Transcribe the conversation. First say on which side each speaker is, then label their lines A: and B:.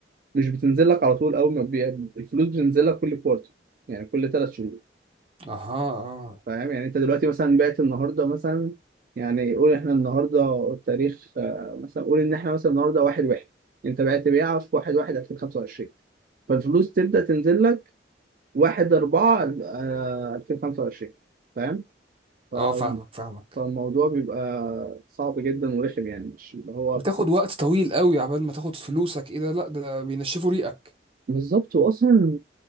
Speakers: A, on the right (about 50°); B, on the right (about 30°).
A: مش بتنزل لك على طول اول ما تبيع الفلوس بتنزل لك كل كوارتر يعني كل ثلاث شهور
B: اها اه
A: فاهم يعني انت دلوقتي مثلا بعت النهارده مثلا يعني قول احنا النهارده التاريخ آه، مثلا قول ان احنا مثلا النهارده واحد واحد انت بعت بيعه في واحد واحد 2025 فالفلوس تبدأ تنزل لك 1 4 2025 فاهم ف...
B: اه فاهمك فاهمك
A: فالموضوع بيبقى صعب جدا ورخم يعني مش اللي هو
B: بتاخد وقت طويل قوي عبال ما تاخد فلوسك ايه ده لا ده بينشفوا ريقك
A: بالظبط واصلا